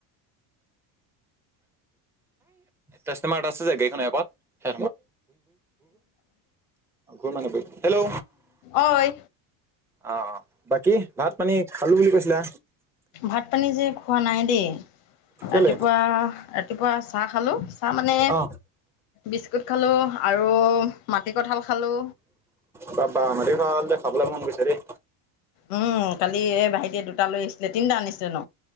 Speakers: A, in the centre; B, on the left.
A: কাষ্টমাৰ এটা আছে যে গাড়ীখনৰ এপত। ঘ ঘ মানে হেল্ল'।
B: অঐ।
A: অ অ বাকী ভাত পানী খালো বুলি কৈছিলা।
B: ভাত পানী যে খোৱা নাই দেই,
A: কেলে
B: ৰাতিপুৱা ৰাতিপুৱা চাহ খালোঁ। তাৰ মানে।
A: অ
B: বিস্কুট খালো আৰু মাটি কঠাল খালো।
A: টাপা মাটিকঁঠাল যে খাবলৈ মন গৈছে দেই।
B: উম কালি এই ভাইটি দুটা লৈ আহিছিলে তিনিটা আনিছিলে ন।